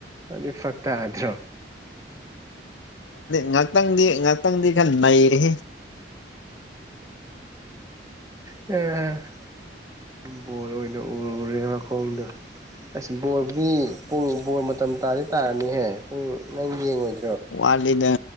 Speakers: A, on the right; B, on the left.
A: ꯑꯗꯨ ꯐꯔꯛ ꯇꯥꯗ꯭ꯔꯣ
B: ꯉꯥꯛꯇꯪꯗꯤ ꯉꯥꯛꯇꯪꯗꯤ ꯈꯔ ꯅꯩꯔꯤ
A: ꯑ ꯕꯣꯔ ꯑꯣꯏꯅ ꯎꯔꯦ ꯃꯈꯣꯡꯗꯣ ꯑꯁ ꯕꯣꯜꯕꯨꯗꯤ ꯄꯨꯡ ꯕꯣꯜ ꯃꯇꯝ ꯇꯥꯗꯤ ꯇꯥꯔꯅꯤꯍꯦ ꯄꯨꯡ ꯅꯪ ꯌꯦꯡꯉꯣꯏꯗ
B: ꯋꯥꯂꯤꯗ